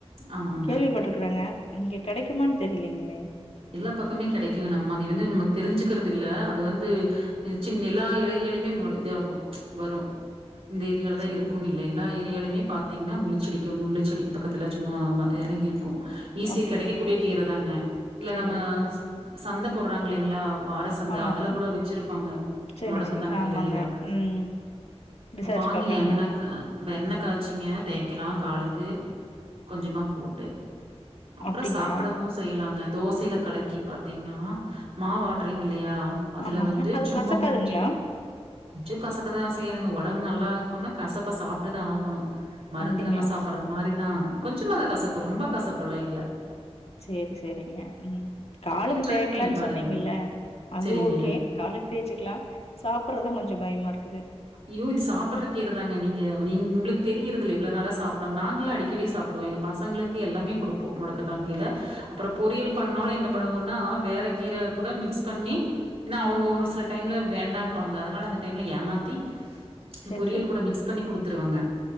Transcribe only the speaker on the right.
ஆமாங்க
எல்லா பக்கமே கெடைக்குங்க நம்ம அது வந்து நமக்கு தெரிஞ்சுக்குறது இல்ல அது வந்து சின்ன எல்லா இழை எலைக்கு எலைமே மொலை இது ஆகோ வரும் இந்த ஏரியால தா
இருக்குனு இல்ல எல்லா ஏரியாலுமே பாத்தீங்கனா முள்ளு செடிக்கு முள்ளு செடிக்கு பக்கத்துல சும்மா ஆமா இந்த எலைங்க இருக்கோ ஈஸியா
கெடைக்கக்கூடிய
கீரதாங்க இல்ல
நம்ம சந்த போடுறாங்க இல்லைங்ளா வார சந்த
அதுல கூட வெச்சிருப்பாங்க
முடக்கத்தா
கீர யெல்லா
வாங்கி
எண்ன க எண்ண காய்ச்சிங்க தேய்க்கலா காலுக் கு கொஞ்சமா போட்டு அப்புறோ
சாப்புடவு செய்யலாங்க மிக்சில கலக்கி பாத்தீங்னா மாவாட்டுறீங்கல்லையா அதுல
வந்து
சும்மா
கொ ஞ்சோ கசக்கதா செய்யணு ஒடம்பு நல்லா இருக்கோனுனா கசப்ப சாப்ட்டுதா ஆகணோ மருந்து
நம்ம சாப்புடுற மாதிரிதா கொஞ்சமாதா கசக்கோ ரொம்ப கசப்புல்லா இல்ல
நீங்க ட்ரை
பண்ணி பாருங்க.
சரிங்க.
ஐயோ இது சாப்புடுற கீர தாங்க நீங்க நீங் உங்குளுக்கு தெரியறது இல்ல அதனால சாப்டோ நாங்களா அடிக்கடி சாப்புடுவோ எங்க பசங்குளுக்கு எல்லாமே குடுப்போ முடக்கத்தாங்கீல அப்புறோ பொறியல் பண்ணாலு என்ன பண்ணுவோனா வேற கீர கூட மிக்ஸ் பண்ணி இன்னா அவுங்க ஒரு சில டைம்ல வேண்டாம் பாங்க அதனால அந்த டைம்ல ஏமாத்தி
பொரியல் கூட மிக்ஸ் பண்ணி குடுத்துருவேங்க